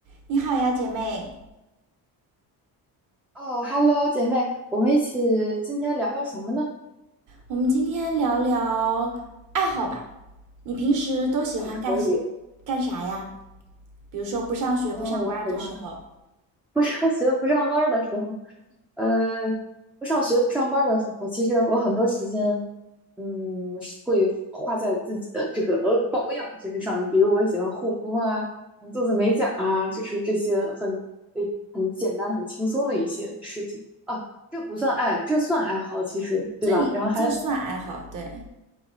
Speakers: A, on the right; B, in the centre.
A: 你好呀，姐妹，
B: 哦，Hello，姐妹，我们一起今天聊聊什么呢？
A: 我们今天聊聊爱好吧。你平时都喜欢干
B: 哎，可以，
A: 干啥呀？比如说不上学、
B: 哦，
A: 不上班的时候，
B: 我喜欢不上学、不上班儿的时候，呃，不上学、不上班儿的时候，其实我很多时间，嗯，是会花在自己的这个 <laughs> 保养身上，比如我喜欢护肤啊，做做美甲啊，就是这些很诶很简单、很轻松的一些事情啊，这不算爱，这算爱好，其实对吧？
A: 这也这算爱好，
B: 然后还有
A: 对。